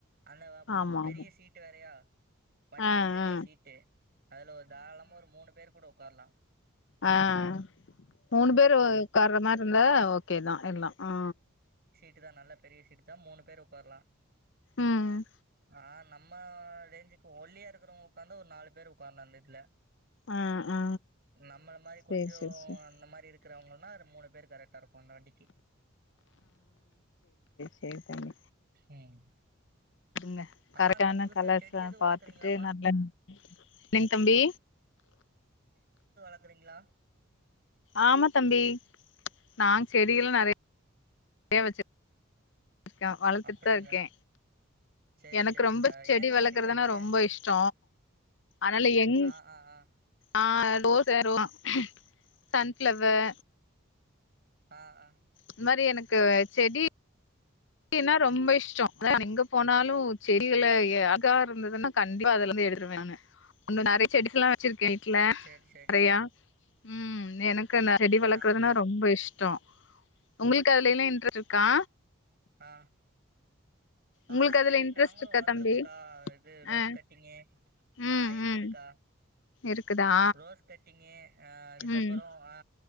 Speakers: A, on the right (about 50°); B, on the left (about 60°).
A: அந்த
B: ஆமா
A: பெரிய
B: ஆமா
A: சீட் ட்டு வேறையா வண்டி
B: ஆ
A: பெரிய
B: ஆ
A: சீட்டு அதுல ஒரு தாராளமா ஒரு மூணு பேரு கூட ஒக்காரலா
B: ஆஹ் மூணு பேரு ஒக்கார்ற மாரி இருந்தா ஓகேதா எல்லா ஆ
A: ட்டுதா நல்லா பெரிய சீட்டு தா மூணு பேரு ஒக்காரலா
B: ம்
A: ஆன் நம்ம ரேஞ்சுக்கு ஒல்லியா இருக்குறவங்க ஒக்காந்தா ஒரு நாலு பேர் உட்கார்ல அந்த இதுல
B: ஆ ஆ
A: நம்மள மாரி
B: சேரி
A: கொஞ்சோ
B: சேரி சேரி
A: அந்த மாரி இருக்குறவங்கன்னா ஒரு மூணு பேரு கரெக்டா இருக்கு அந்த வண்டிக்கி
B: இதே தனி
A: ம்
B: அங்க
A: ஆமாக்கா
B: கரெக்டான
A: புதுசா
B: கலர்சா
A: செடி எதுவு
B: பாத்துட்டு
A: வளர்க்குறீங்களாமா
B: நல்ல என்னனைங்க தம்பி
A: ளக்ரீங்களா
B: ஆமா தம்பி நாங்க் செடி எல்லா நெறயா றையா வெச்சு இருக்க வளத்துட்டு
A: அப்படிங்களா
B: தா இருக்கே
A: சேரி
B: எனக்கு
A: சேரிக்கா
B: ரொம்ப செடி
A: என்னென்ன
B: வளக்குறதுனா
A: மாரிக்கா இருக்கு
B: ரொம்ப இஷ்ட அதனால எங்
A: ஆ ஆ ஆ
B: ஆ ரோஸ் ரோஸ் ஆ சன்ஃப்ளவர்
A: ஆ ஆ
B: இந்த மாரி எனக்கு செடி செடினா ரொம்ப இஷ்டோ எங்க போனாலு செடிகளை அழகா இருந்ததுன்னா கண்டிப்பா அதலருந்து எடுத்துருவ நானு ஒன்னு நெறைய செடிகள்லா வச்சிருக்கே வீட்ல
A: சேரி சேரிக்கா
B: நெறையா ம் என க்கு செடி வளக்குறதுனா
A: ஆ
B: ரொம்ப இஷ் டோ உங்களுக்கு அதுல எல்லா இன்ட்ரஸ்ட் இருக்கா
A: ஆ ஆ
B: உங்களுக்கு அதுல
A: செடி
B: இன்ட்ரெஸ்ட்
A: நாங்களு
B: இருக்கா
A: வளத்துருக்குக்கா
B: தம்பி
A: இது ரோஸ்
B: ஆ
A: கட்டிங்கு
B: ம்
A: ஆ இருக்குதுக்கா
B: ம் இருக்குதா
A: ரோஸ் கட்டிங்கு அ அதுக்கப்பறோ
B: ம்
A: அ